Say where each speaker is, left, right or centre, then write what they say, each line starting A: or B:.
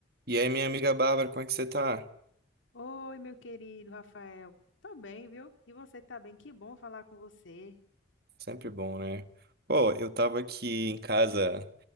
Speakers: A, on the right; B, on the left.
A: E aí, minha amiga Bárbara, como é que você tá?
B: Oi, meu querido Rafael. Tô bem, viu? E você tá bem? Que bom falar com você.
A: Sempre bom, né? Pô, eu tava aqui
B: Hum,
A: em casa